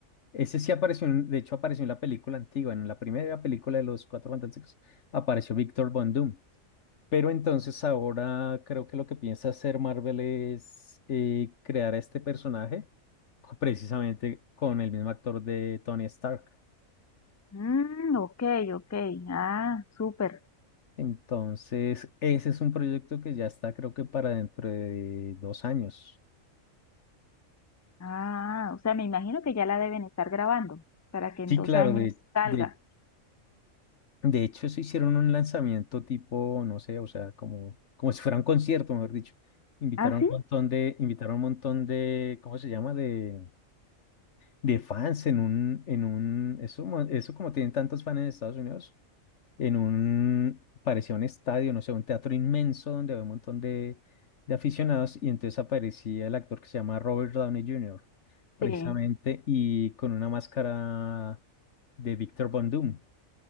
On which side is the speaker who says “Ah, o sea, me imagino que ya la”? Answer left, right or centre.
Left